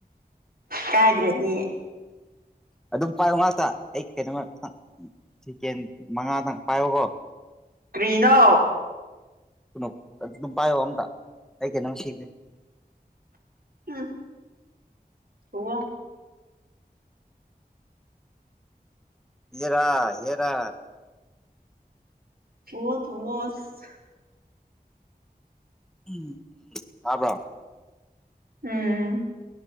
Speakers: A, on the right; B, in the centre.
A: ꯀꯥꯏꯗ꯭ꯔꯗꯤ꯫
B: ꯑꯗꯨꯝ ꯄꯥꯏꯌꯣ ꯉꯥꯛꯇ ꯑꯩ ꯀꯩꯅꯣꯃ ꯁꯤꯀꯦꯟ ꯃꯉꯥꯗꯪ ꯄꯥꯏꯌꯣꯀꯣ꯫
A: ꯀ꯭ꯔꯤꯅꯣ꯫
B: ꯀꯨꯅꯣ ꯑꯗꯨꯝ ꯄꯥꯏꯌꯣ ꯑꯝꯇ ꯑꯩ ꯀꯩꯅꯣꯝ ꯁꯤꯒꯦ꯫
A: ꯍꯨꯝ꯫ ꯊꯨꯋꯣ꯫
B: ꯌꯦꯔꯥ ꯍꯦꯔꯥ꯫
A: ꯊꯨꯋꯣ ꯊꯨꯋꯣ ꯑꯁ꯫
B: ꯎꯝ ꯇꯥꯕ꯭ꯔꯣ꯫
A: ꯎꯝ꯫